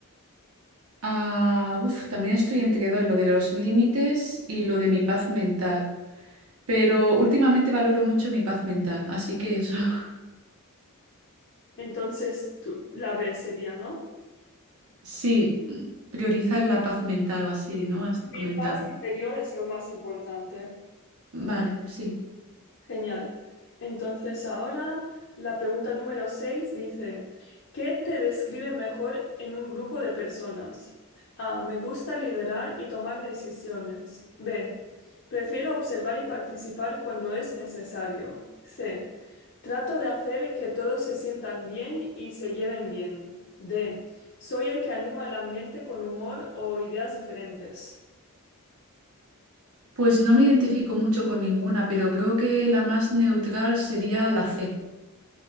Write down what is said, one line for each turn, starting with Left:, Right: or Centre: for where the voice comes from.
Right: Ah, uf, también estoy entre dos, lo de los límites y lo de mi paz mental, pero últimamente valoro mucho mi paz mental, así que eso, <laughs>
Left: Entonces, tú- la B sería, ¿no?
Right: sí, priorizar la paz mental o así,
Left: Sí.
Right: ¿no? Has
Left: Mi
Right: comentado.
Left: paz interior es lo más importante.
Right: Vale, sí.
Left: Genial. Entonces ahora la pregunta número 6 dice, ¿qué te describe mejor en un grupo de personas? A, me gusta liderar y tomar decisiones. B, prefiero observar y participar cuando es necesario. C, trato de hacer que todos se sientan bien y se lleven bien. D, soy el que anima el ambiente con humor o ideas diferentes.
Right: Pues no me identifico mucho con ninguna, pero creo que la más neutral sería la C.